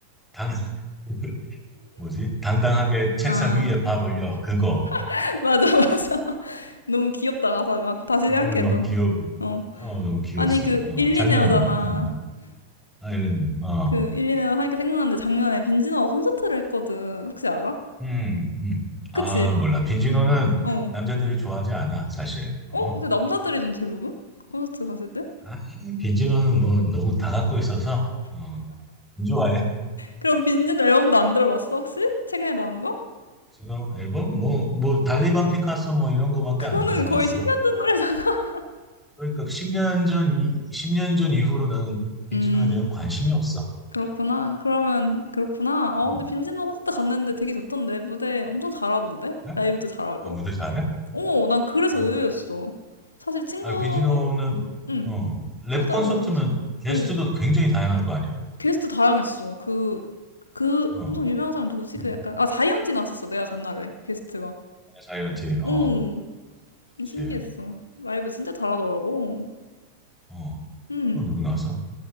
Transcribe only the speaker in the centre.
당, <laughs> 뭐지? 당당하게 책상
위에 발 올려. 그거.
너무
너무 귀여워.
어, 너무 귀여웠어.
어,
작년에 뭐, 어, 아일랜드. 어.
음, 음. 아,
몰라. 빈지노는
남자들이 좋아하지 않아, 사실. 어?
아, 빈지노는 뭐 너무 다 갖고 있어서, 어, 안 좋아해.
지노 앨범? 뭐, 뭐, 달리반 피카소 뭐 이런 거밖에
안 들어봤어.
그러니까 10년 전, 이- 10년 전 이후로는 빈지노에
대한 관심이 없어.
음.
그래?
아, 무대 잘해?
어,
그-
아, 빈지노는,
어, 랩
콘서트면
게스트도
굉장히 다양할 거 아니야.
어,
음.
자이언티, 어,
그치.
어.
또 누구 나왔어?